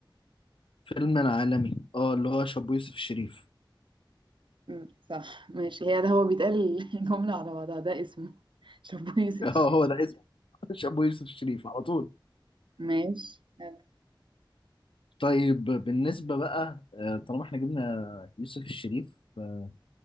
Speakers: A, on the left (about 85°); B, on the right (about 70°).
A: فيلم العالمي اه اللي هو شابو يوسف الشريف
B: أم، صح ماشي هي ده هو بيتقال <laughs> الجملة على بعضها ده اسمه <laughs> شابو يوسف
A: <laughs>
B: الشريف
A: اه هو ده اسمه <laughs> شابو يوسف الشريف على طول
B: ماشي يلا.
A: طيب بالنسبة بقى آه، طالما احنا جبنا يوسف الشريف آه،